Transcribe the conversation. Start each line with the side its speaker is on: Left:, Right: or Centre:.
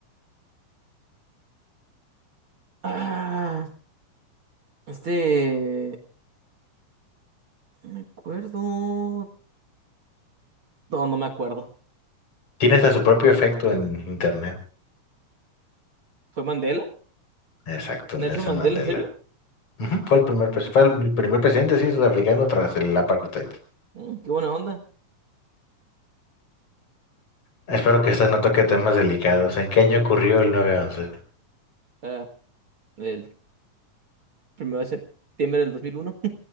Right: Ah, este. No me acuerdo. No, no me acuerdo.
Left: Tiene hasta su propio efecto en Internet.
Right: ¿Fue Mandela?
Left: exacto, Nelson
Right: ¿Nelson Mandela,
Left: Mandela.
Right: en serio?
Left: Ujú, Fue el primer, pres-
Right: No.
Left: fue el primer presidente, sí, sudafricano tras el apartheid.
Right: Mm, qué buena onda.
Left: Espero que esta no toque temas delicados. ¿En qué año ocurrió el nueve once?
Right: Ah, el primero de septiembre del dos mil uno